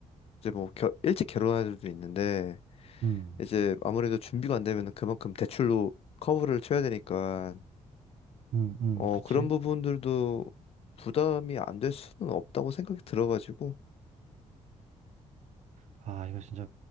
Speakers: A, on the left (about 50°); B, on the right (about 65°).
A: 이제 뭐 결, 일찍 결혼한 애들도 있는데
B: 음,
A: 이제 아무래도 준비가 안 되면은 그만큼 대출로 커버를 쳐야 되니까
B: 음, 음,
A: 어,
B: 그치?
A: 그런 부분들도 부담이 안될 수는 없다고 생각이 들어가지고,
B: 아, 이거 진짜